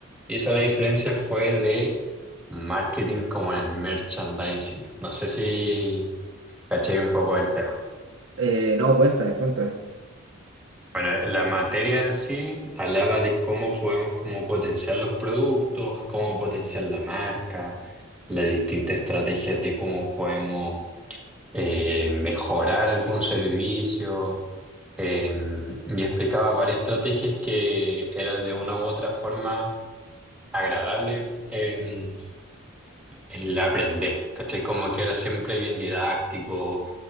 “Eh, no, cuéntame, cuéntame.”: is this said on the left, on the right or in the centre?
Right